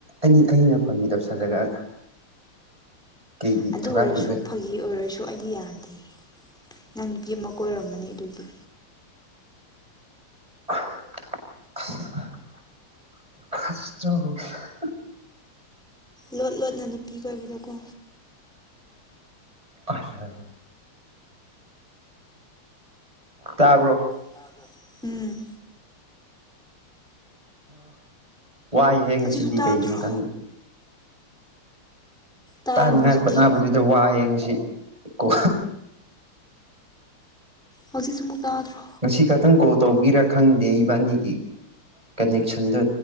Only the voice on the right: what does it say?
ꯑꯩꯅ ꯐꯥꯒꯤ ꯇꯧꯁꯜꯂꯒ ꯀꯩꯒꯤ
ꯊꯨꯒꯥꯏꯗꯨꯒꯦ
<unintelligible>
ꯀꯁꯤꯅ ꯇꯥꯕ꯭ꯔꯣ
ꯋꯥꯏꯍꯦ ꯉꯁꯤꯗꯤ
ꯀꯩꯒꯤꯅꯣ ꯈꯪꯗꯦ
ꯇꯥꯅꯉꯥꯏ
ꯈꯣꯠꯅꯕꯗꯨꯗ ꯋꯥ ꯌꯦꯡꯁꯤ ꯀꯣ
ꯉꯁꯤ ꯈꯛꯇꯪ ꯀꯣꯜ ꯇꯧꯕꯒꯤꯔꯥ ꯈꯪꯗꯦ ꯏꯕꯥꯅꯤꯒꯤ ꯀꯅꯦꯛꯁꯟꯗꯣ